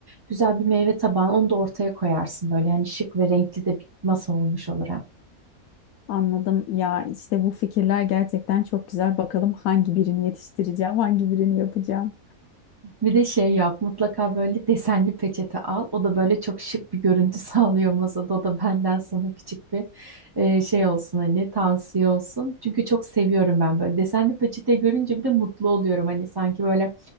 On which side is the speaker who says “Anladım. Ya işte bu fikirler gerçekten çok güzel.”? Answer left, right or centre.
Left